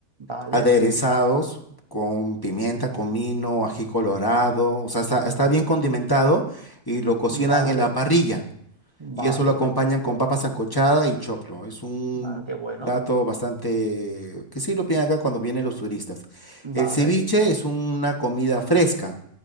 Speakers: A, on the right; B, on the left.
A: vale,
B: aderezados con pimienta, comino, ají colorado, o sea, está, está
A: uf,
B: bien condimentado y lo cocinan
A: vale,
B: en la parrilla. y
A: vale,
B: eso lo acompañan
A: perfecto.
B: con papa sancochada y choclo. Es un
A: Vale, qué bueno.
B: plato bastante que sí lo piden acá cuando vienen los turistas. El
A: Vale,
B: ceviche es una comida fresca.